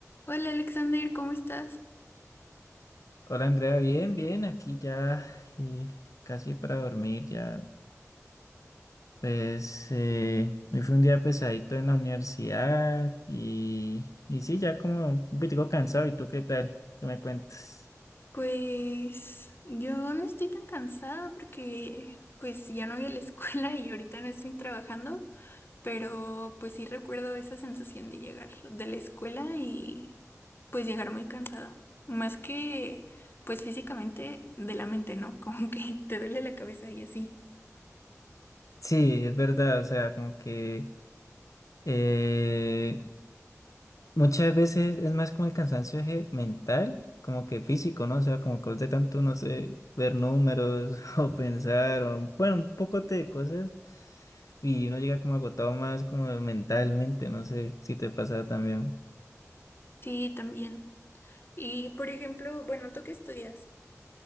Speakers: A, on the left (about 45°); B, on the left (about 80°).
A: Hola Alexander, ¿cómo estás?
B: Hola Andrea, bien, bien, aquí ya eh, casi para dormir ya. Pues eh, hoy fue un día pesadito en la universidad y, y sí, ya como un poquito cansado. ¿Y tú qué tal? ¿Qué me cuentas?
A: Pues yo no estoy tan cansada porque pues ya no voy a la escuela <laughs> y ahorita no estoy trabajando, pero pues sí recuerdo esa sensación de llegar de la escuela y pues llegar muy cansado, más que pues físicamente de la mente, ¿no? <laughs> Como que te duele la cabeza y así.
B: Sí, es verdad, o sea, como que eh, Muchas veces es más como el cansancio eje mental, como que físico, ¿no? O sea, como que de tanto, no sé, ver números <laughs> o pensar, o, bueno, un poco de cosas, y uno llega como agotado más como mentalmente, no sé si te pasa también.
A: Sí, también. Y por ejemplo, bueno, ¿tú qué estudias?